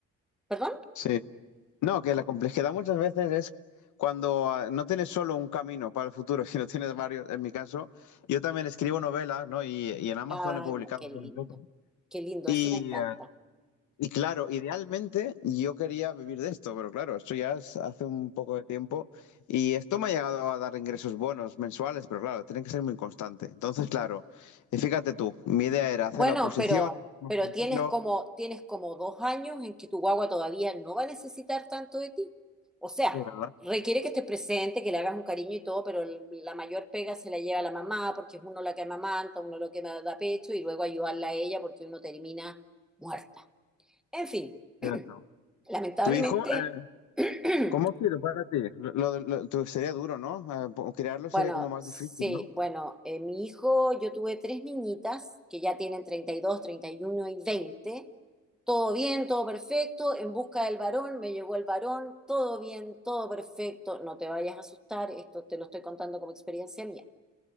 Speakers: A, in the centre; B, on the left.
A: ¿Perdón?
B: Sí. No, que la complejidad muchas veces es cuando ah, no tienes solo un camino para el futuro, <laughs> sino tienes varios. En mi caso, yo también escribo novelas, ¿no? Y, y en Amazon
A: Ay,
B: he publicado
A: no, qué
B: algunas
A: lindo.
B: otras.
A: Qué lindo,
B: Y
A: eso me encanta.
B: eh, Y claro, idealmente yo quería vivir de esto, pero claro, esto ya es hace un poco de tiempo y esto me ha llegado a dar ingresos buenos mensuales, pero claro, tiene que ser muy constante. Entonces, claro, y fíjate tú, mi idea era hacer
A: Bueno,
B: la oposición,
A: pero,
B: estar más
A: pero
B: tranquilo,
A: tienes como, tienes como dos años en que tu guagua todavía no va a necesitar tanto de ti. O sea,
B: sí, ¿verdad?
A: requiere que estés presente, que le hagas un cariño y todo, pero l- la mayor pega se la lleva la mamá, porque es uno la que amamanta, uno lo que da pecho, y luego ayudarla a ella porque uno termina muerta. En fin,
B: Cierto.
A: <clears throat> lamentablemente,
B: Tu hijo, eh,
A: <clears throat>
B: ¿cómo ha sido para ti? Lo- lo- lo- tú- sería duro, ¿no? Eh, po- crearlo
A: Bueno,
B: sería como más
A: sí,
B: difícil, ¿no?
A: bueno, eh, mi hijo, yo tuve tres niñitas que ya tienen treinta y dos, treinta y uno y 20. Todo bien, todo perfecto, en busca del varón, me llegó el varón, todo bien, todo perfecto, no te vayas a asustar, esto te lo estoy contando como experiencia mía.